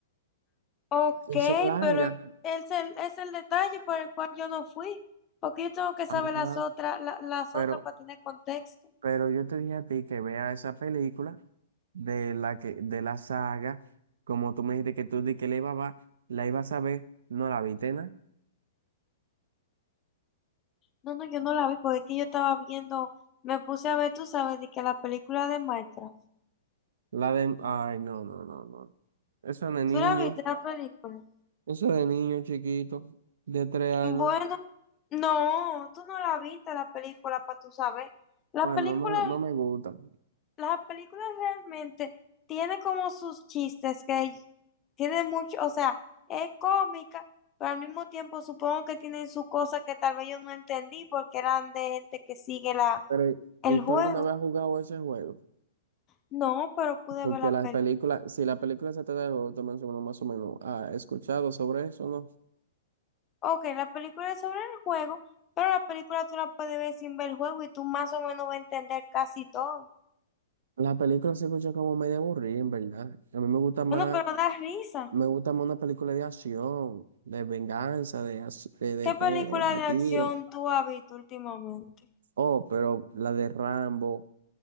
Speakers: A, on the left; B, on the right.
A: Ok,
B: y son largas.
A: pero es es el, es el detalle por el cual yo no fui, porque yo tengo que saber
B: Ajá,
A: las otras, la- las
B: pero,
A: otras para tener contexto.
B: pero yo te dije a ti que vea esa película de la que, de la saga, como tú me dijiste que tú di que la iba a ver, la ibas a ver, no la viste, nada.
A: No, no, yo no la vi porque es que yo estaba viendo, me puse a ver, tú sabes, de que la película de Minecraft.
B: La de, ay, no, no, no, no. Eso es de niño,
A: ¿Tú la viste la película?
B: eso es de niño chiquito, de tres años.
A: Bueno, no, tú no la viste la película para tú saber. La
B: Bueno,
A: película
B: no me, no me gustan.
A: las películas realmente tiene como sus chistes que tiene mucho, o sea, es cómica, pero al mismo tiempo supongo que tienen sus cosas que tal vez yo no entendí porque eran de gente que sigue la,
B: Pero,
A: el
B: ¿y tú
A: juego.
B: alguna vez has jugado ese juego?
A: No, pero pude
B: Porque
A: ver la
B: las
A: película.
B: películas, si la película se trata de juego, tú mencionas más o menos, ¿ha escuchado sobre eso, no?
A: Ok, la película es sobre el juego, pero la película tú la puedes ver sin ver el juego y tú más o menos vas a entender casi todo.
B: La película se escucha como medio aburrida, en verdad. A mí me gusta más,
A: Bueno, pero da risa.
B: me gusta más una película de acción, de venganza, de, ac- de, de
A: ¿Qué
B: pelea,
A: película de acción
B: tiro.
A: tú has visto últimamente?
B: Oh, pero la de Rambo,